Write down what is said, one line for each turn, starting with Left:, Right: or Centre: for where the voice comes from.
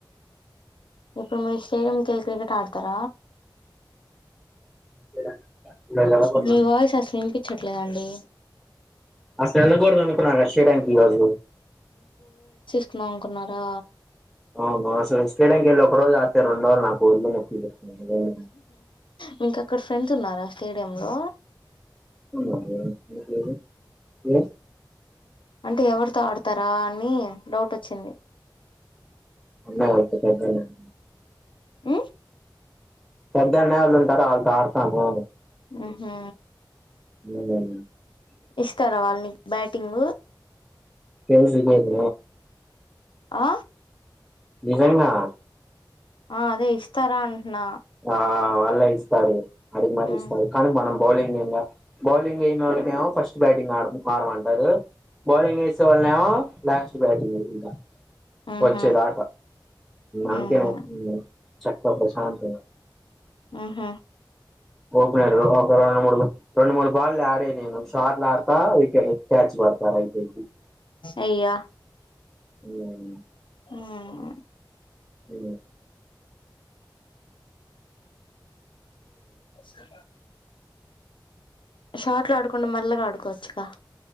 Left: ఇప్పుడు మీరు స్టేడియం కెళ్ళి క్రికెట్ ఆడు తర
Centre: <inaudible> వెళ్ళకూడదు
Left: మీ
Centre: అను
Left: వాయిస్ అసలు వినిపించట్లేదండి
Centre: అసలు ఎళ్ళకూడదు అనుకున్నా రష్యా బ్యాంకు ఈ రోజు
Left: చ్చిన అనుకున్నారా
Centre: అవును అసలు స్టెడం ఎళ్ళి ఒక్క రోజు ఆడితే, రెండు రోజులు నాకు వొల్లు నొప్పులు. పుడుతున్నాయి.
Left: నీకు అక్కడ ఫ్రెండ్స్ ఉన్నారా స్టేడియం లో
Centre: ఉన్నారు ఎందుకు లేరు, ఏ
Left: అంటే ఎవరితో ఆడతారా అని డౌట్ వచ్చింది
Centre: అన్నయ్య అయితే పెద్ద అన్నయ్య
Left: మ్మ్
Centre: పెద్ద అన్నయ వాళ్ళు ఉంటారు వాళ్ళతో ఆడతాను
Left: హ్మ్ హూ
Centre: <unintelligible>
Left: ఇస్తారా వాళ్ళు నీకు బ్యాటింగ్
Centre: <unintelligible> లేదు
Left: ఆ
Centre: నిజంగా
Left: ఆ అదే ఇస్తారా అంటున్నా
Centre: ఆ వాళ్ళే ఇస్తారు, అడిగి మరి
Left: ఉమ్
Centre: ఇస్తారు కానీ మనం బౌలింగ్ నేన్ కాదు బౌలింగ్ ఎయ్యనోళ్ళకేమో ఫస్ట్ బ్యాటింగ్ ఆడ్ ఆడ మారమంటారు, బౌలింగ్ ఏసే వాళ్నేమో లాస్ట్ బ్యా ఇంకా వచ్చేదాకా
Left: ఉహు
Centre: అంతే
Left: ఉమ్
Centre: చక్కగా ప్రశాంతంగా
Left: మ్మ్ హ్మ్
Centre: ఓపనర్ ఒక రెండు మూడు, రెండు మూడు బాల్లే ఆడే షాట్లా ఆడుతా వికేట్ క్యాచ్ పడతారు అయిపోయిద్ది
Left: అయ్యా
Centre: మ్మ్
Left: ఉమ్
Centre: అ
Left: అస్సల షార్ట్ లో ఆడుకుండా మ నల్లగాడుకో వచ్చుిక